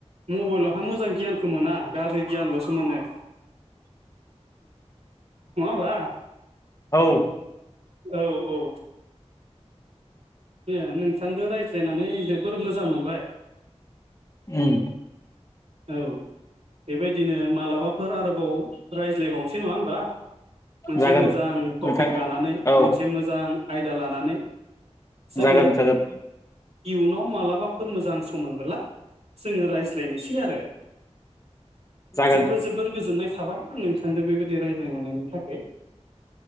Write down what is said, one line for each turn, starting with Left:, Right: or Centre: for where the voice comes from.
Right: ओ मबलहा मोजां गियान <unintelligible> मोना गारि गियानलसो मोनो <inaudible> नवा ओबा
Left: औ
Right: औ औ <unintelligible> नोंथांदो रायज्लायनानै जोबोर मोजां मोनबाय
Left: उम
Right: औ बेबायदिनो मालाबाफोर आरो औ रायज्लायबावनोसै नङा ओमबा मोनसे
Left: जागोन
Right: मोजां टपिक
Left: नोंथां
Right: लानानै
Left: औ
Right: मोनसे मोजां आय जा लानानै जोङो
Left: जागोन जागोन
Right: इयुनाव मालाबाफोर मोजां सम मोनबोला जोङो रायज्लायनायनो इ आरो
Left: जागोन
Right: जोबो जोबोर गोजोननाय साबाय नोंथांदो बेबादि रायज्लायनायनो मोननानै थाखैय